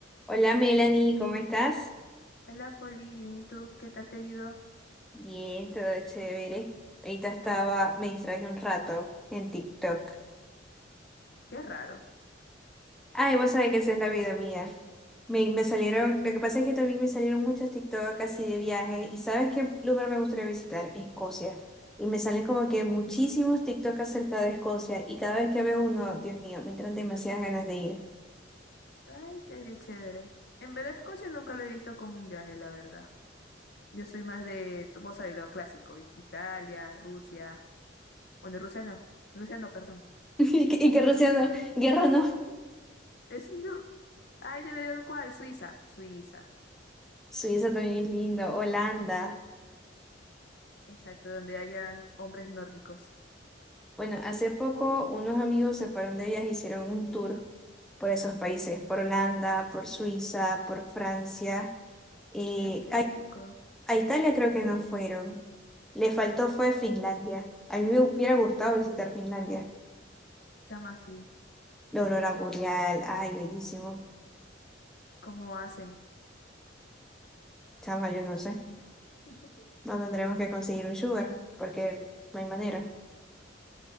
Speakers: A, in the centre; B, on the left.
A: Hola Melanie, ¿cómo estás?
B: Hola, Foli, bien, ¿y tú? ¿Qué tal te ha ido?
A: Bien, todo chévere. Ahorita estaba, me distraje un rato en TikTok.
B: Qué raro.
A: Ay, vos sabés que esa es la vida mía. Me, me salieron, lo que pasa es que también me salieron muchos TikTok así de viaje. ¿Y sabes qué lugar me gustaría visitar? Escocia. Y me salen como que muchísimos TikTok acerca de Escocia. Y cada vez que veo uno, Dios mío, me entran demasiadas ganas de ir. <laughs>
B: Ay, qué chévere. En verdad, Escocia nunca lo he visto como un viaje, la verdad. Yo soy más de, tú- vos sabés, lo clásico, I- Italia, Rusia. Bueno, Rusia no. Rusia no, perdón.
A: Y que, y que Rusia no, guerra no.
B: <laughs> Ese no. Ay, se me dio el cual, Suiza. Suiza.
A: Suiza también es lindo, Holanda.
B: Exacto, donde hayan hombres nórdicos.
A: Bueno, hace poco unos amigos se fueron de viaje, hicieron un tour por esos países, por Holanda, por Suiza, por Francia. eh,
B: Ay, qué
A: a,
B: rico.
A: a Italia creo que no fueron. Le faltó fue Finlandia. A mí me hubiera gustado visitar Finlandia.
B: Llama así.
A: La aurora boreal, ay, bellísimo.
B: ¿Cómo hacen?
A: Chama, yo no sé.
B: <laughs>
A: No tendremos que conseguir un sugar, porque no hay manera.